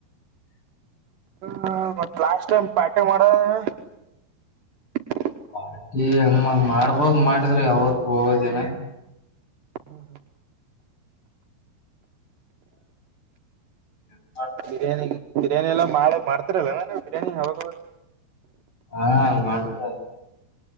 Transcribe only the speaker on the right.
ಹ ಮತ್ ಲಾಸ್ಟ್ ಟೈಮ್ ಪಾರ್ಟಿ ಮಾಡ.. <inaudible>
ಹ್ಮ.
ಬಿರಿಯಾನಿ ಬಿರಿಯಾನಿ ಎಲ್ಲ ಮಾಡ ಮಾಡ್ತಿರಲ್ಲ ನ ನೀವು ಬಿರಿಯಾನಿ ಅವಾಗವಾಗ..